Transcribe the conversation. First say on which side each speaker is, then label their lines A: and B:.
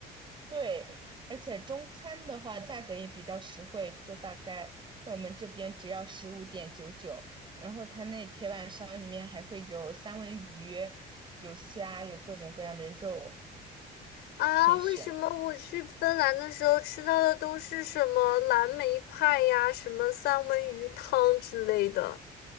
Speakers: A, on the right; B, on the left.
A: 对，而且中餐的话价格也比较实惠，就大概在我们这边只要十五点九九，然后它那铁板烧里面还会有三文鱼、有虾、有各种各样的肉
B: 啊！
A: 可以选。
B: 为什么我去芬兰的时候吃到的都是什么蓝莓派呀、什么三文鱼汤之类的？